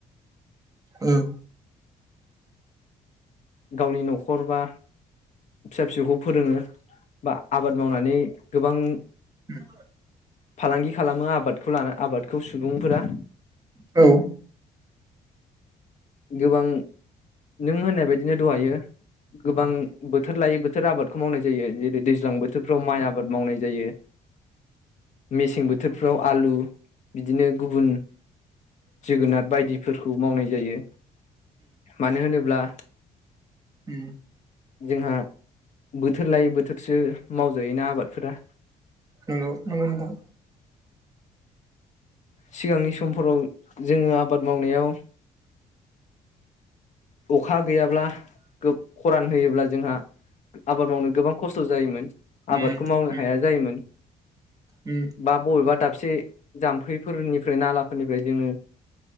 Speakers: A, on the right; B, on the left.
A: ओम
B: गावनि न'खर बा फिसा फिसौखौ फोरोङो बा आबाद मावनानै गोबां
A: ओम
B: फालांगि खालामो आबादखौ लाना आबादखौ सुबुंफोरा।
A: औ
B: गोबां नों होननाय बाय दिनो दहायो गोबां बोथोर लायै बो थोर आबादखौ मावनाय जायो जेरै दै ज्लां बोथोरफ्राव माइ आबाद मावनाय जायो। मेसें बोथोरफ्राव आलु। बिदिनो गुबुन जोगोनार बायदिफोरखौ मावनाय जायो। मानो होनोब्ला
A: ओम
B: जोंहा बोथोर लायै बोथोरसो मावजायोना आबादफोरा।
A: नोंगौ नोंगौ नोंथां।
B: सिगांनि समफोराव जोङो आबाद मावनायाव अखा गैयाब्ला गो-खरान होयोब्ला जोंहा आबाद मावनो गोबां खस्थ' जायोमोन
A: उम
B: आबादखौ
A: उम
B: मावनो हाया जायोमोन।
A: उम
B: बा बबेबा दाब से जाम्फैफोरनिफ्राय नालाफोरनिफ्राय जोङो